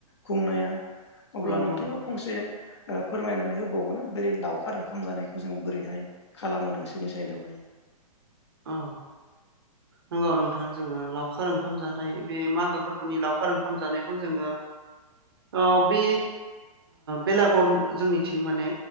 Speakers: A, on the left; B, on the right.
A: खुंनाया अब्ला
B: नंगौ
A: नोंथाङा
B: नंगौ
A: फंसे फोरमायनानै होबावगोना बोरै लावखार ओंखाम जानायखौ जों बोरैहाय खालामो नोंसोरनि साइदआवहाय
B: औ नंगौ नोंथां जोंङो लावखार ओंखाम जानाय बे मागो फोरबोनि लावखार ओंखाम जानायखौ जोंङो अ बे बेलागर जोंनि माने